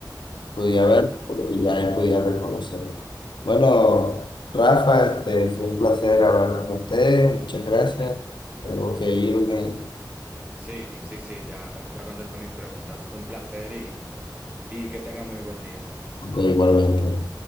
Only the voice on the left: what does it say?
podía ver,
porque ya ahí podía reconocerlos. Bueno, Rafa, este, fue un placer hablar con usted, muchas gracias.
Tengo que irme,
pero igualmente.